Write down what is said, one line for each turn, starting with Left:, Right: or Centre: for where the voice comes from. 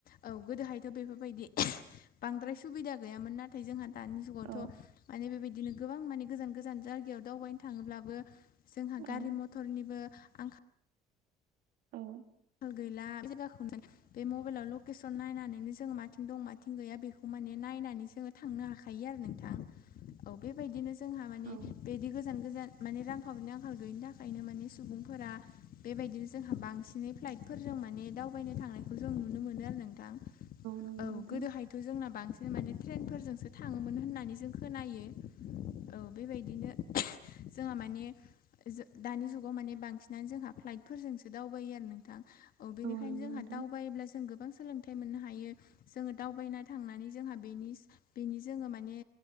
Left: औ गोदोहायथ' बेफोरबायदि बांद्राय सुबिदा गैयामोन नाथाय जोंहा दानि जुगावथ'
Right: औ
Left: माने बेबायदिनो गोबां माने गोजान गोजान जायगायाव दावबायनो थाङोब्लाबो जोंहा
Right: औ
Left: गारि मथर क्टरनिबो आं
Right: औ
Left: गैला जायाखौ बे मबाइलाव लकेसन नायनानैनो जों माथिं दं माथिं गैया बे माने नायनानै जोङो थांनो हाखायो आरो नोंथां औ बेबायदिनो जोंहा माने
Right: औ
Left: बे बि गोजान गोजान माने रांखावरिनि आंखाल गैयिनि थाखायनो माने सुबुंफोरा बेबायदिनो जोंहा बांसिनै फ्लाइटफोरजों माने दावबायनो थांनायखौ जों नुनो मोनो आरो नोंथां
Right: नंगौ
Left: औ
Right: नोंथां
Left: गोदोहाय थ' जोंना बांसिन माने ट्रेनफोरजोंसो थाङोमोन होननानै जों खोनायो औ बेबायदिनो जोंहा माने दानि जुगाव माने बांसिनानो जोंहा फ्लाइटफोरजोंसो दावबायो आरो नों औ बेनिखायनो
Right: नंगौ
Left: जोंहा
Right: नोंथां
Left: दावबायोब्ला जों गो बां सोलोंथाइ मोननो हायो जोङो दावबायनो थांनानै जोंहा बेनि बेनि जोङो माने